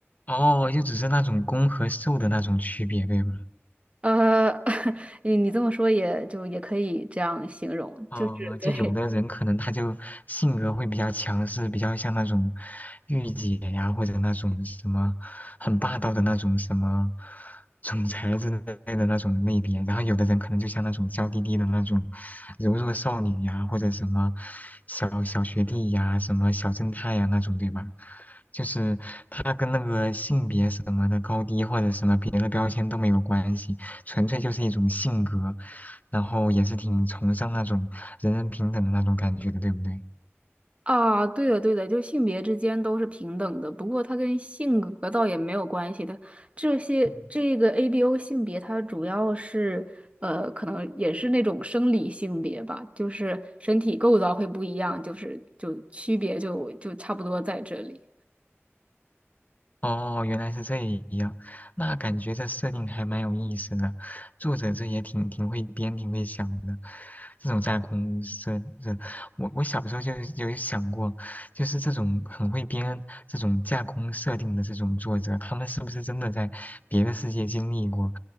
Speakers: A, on the left; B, on the right.
A: 哦，就只是那种公和受的那种区别，对吧？
B: 呃，<laughs> 你你这么说也就也可以这样形容，
A: 哦，
B: 就是对
A: 就有的人可能他就性格会比较强势，比较像那种御姐呀，或者那种什么很霸道的那种什么总裁之类的那种类别。然后有的人可能就像那种娇滴滴的那种柔弱少女呀，或者什么小小学弟呀，什么小正太呀那种，对吧？就是他跟那个性别什么的高低或者什么别的标签都没有关系，纯粹就是一种性格。然后也是挺崇尚那种人人平等的那种感觉的，对不对？
B: <laughs> 啊，对的对的，就性别之间都是平等的，不过它跟性格倒也没有关系的。这些这个
A: 嗯。
B: ABO 性别，它主要是呃，可能也是那种生理性别吧，就是身体构造会不一样，就是就区别就就差不多在这里。
A: 哦，原来是这样，那感觉这设定还蛮有意思的，作者这也挺挺会编、挺会想的。这种架空设，这我我小时候就有想过，就是这种很会编这种架空设定的这种作者，他们是不是真的在别的世界经历过，